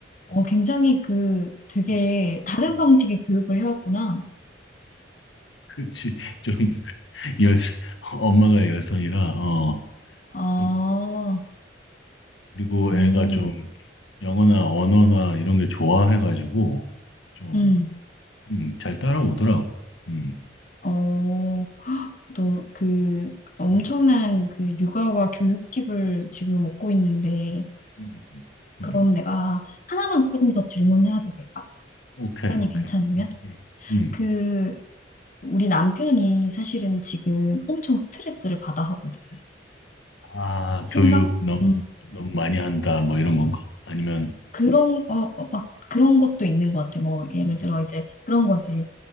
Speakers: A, on the left (about 45°); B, on the left (about 85°).
A: 어, 굉장히 그, 되게
B: 음.
A: 다른
B: 음.
A: 방식의 교육을 해왔구나.
B: 그렇지. 좀 여, 엄마가 여성이라 어
A: 아,
B: 그- 그리고
A: 오,
B: 애가 좀 영어나 언어나 이런 게 좋아해가지고 좀
A: 음,
B: 음, 잘 따라오더라고. 음,
A: 어, 또 그 엄청난
B: 음,
A: 그 육아와 교육 팁을 지금 얻고 있는데,
B: 음, 음. 음.
A: 그럼 내가 하나만 조금 더 질문해도 될까?
B: 오케이,
A: 시간이
B: 오케이.
A: 괜찮으면?
B: 음, 음, 음.
A: 그, 우리 남편이 사실은 지금 엄청 스트레스를 받아 하거든.
B: 아,
A: 생각,
B: 교육 너무
A: 음,
B: 너무 많이 한다 뭐 이런 건가? 아니면
A: 그런, 어, 어, 막 그런 것도 있는 것 같아. 뭐,
B: 음,
A: 예를 들어 이제 그런 거지.